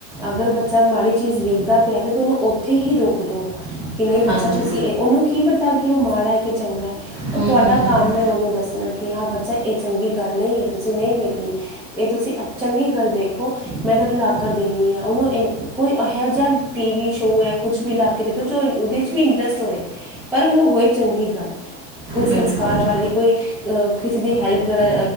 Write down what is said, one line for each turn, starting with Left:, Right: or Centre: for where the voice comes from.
Centre: ਅਗਰ ਬੱਚਾ ਮਾੜੀ ਚੀਜ਼ ਵੇਖਦਾ ਪਿਆ ਤਾਂ ਉਹਨੂੰ ਓਥੇ ਹੀ ਰੋਕ ਦੋ। ਕਿ ਨਹੀਂ ਬੱਚਾ
Right: ਹਾਂਜੀ
Centre: ਤੁਸੀਂ ਇਹ ਉਹਨੂੰ ਕੀ ਪਤਾ ਕਿ ਉਹ ਮਾੜਾ ਐ ਕਿ, ਚੰਗਾ ਐ ਓ
Right: ਹੂੰ
Centre: ਤੁਹਾਡਾ
Right: ਹੂੰ
Centre: ਕੰਮ ਮੈਂ ਉਹਨੂੰ ਦੱਸਣਾ ਕਿ ਹਾਂ ਬੱਚਾ ਇਹ ਚੰਗੀ ਗੱਲ ਨਹੀਂ ਐ ਤੁਸੀਂ ਨਹੀਂ ਵੇਖਣੀ। ਇਹ ਤੁਸੀਂ ਚੰਗੀ ਗੱਲ ਦੇਖੋ ਮੈਂ ਤੁਹਾਨੂੰ ਲਾ ਕਰ ਦੇਣੀ ਆ ਉਹਨੂੰ ਕੋਈ ਇਹੋ ਜਿਹਾ ਟੀਵੀ ਸ਼ੋ ਜਾਂ ਕੁਛ ਵੀ ਲਾਕੇ ਦੇ ਦੋ ਜੋ ਉਹਦੇ 'ਚ ਵੀ ਇੰਟਰਸਟ ਹੋਵੇ। ਪਰ ਓ ਹੋਏ ਚੰਗੀ ਗੱਲ। ਕੋਈ ਸੰਸਕਾਰ
Right: ਬਿਲਕੁਲ
Centre: ਵਾਲੀ
Right: ਜੀ
Centre: ਕੋਈ ਕਿਸੇ ਦੀ ਹੈਲਪ ਕਰਾ